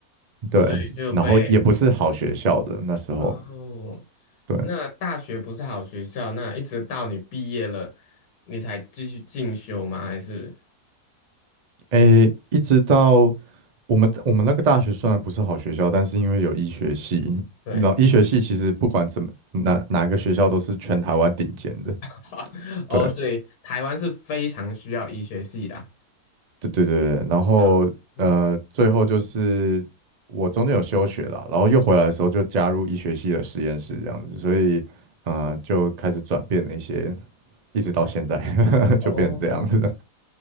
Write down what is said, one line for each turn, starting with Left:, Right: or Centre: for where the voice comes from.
Right: 对，
Left: 所以就被
Right: 然后也不是好学校的那时候。
Left: 然哦，
Right: 对，
Left: 那大学不是好学校，那一直到你毕业了，你才继续进修吗？还是
Right: 诶，一直到我们我们那个大学虽然不是好学校，但是因为有医学系，
Left: 对，
Right: 你知道医学系其实不管怎么哪哪个学校都是全台湾顶尖的。
Left: <laughs> 哦，
Right: 对
Left: 所以台湾是非常需要医学系的啊
Right: 对对对，对然后呃，
Left: 啊，嗯
Right: 最后就是我中间有休学了，然后又回来的时候就加入医学系的实验室这样子，所以啊、呃就开始转变了一些，一直到现在 <laughs> 就变成这样子的。
Left: 哦，